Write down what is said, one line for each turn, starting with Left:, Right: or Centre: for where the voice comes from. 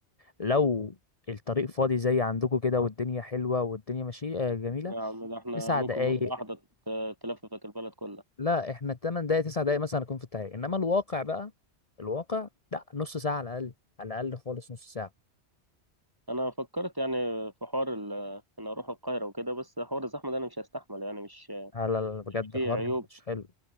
Left: لو الطريق فاضي زي عندكم كده والدنيا حلوة والدنيا ماشية آه، جميلة
Right: يا عم ده احنا
Left: تسع
Right: ممكن
Left: دقايق
Right: مواصلة واحدة ت- تلففك البلد كلها
Left: لا احنا التمن دقايق تسع دقايق مثلا أكون في الطريق إنما الواقع بقى الواقع لا نص ساعة على الأقل على الأقل خالص نص ساعة
Right: انا فكرت يعني في حوار ال- ان اروح القاهره وكده بس حوار الزحمه ده انا مش هستحمل يعني مش
Left: لا لا لا، بجد
Right: في
Left: حوار
Right: عيوب
Left: مش حلو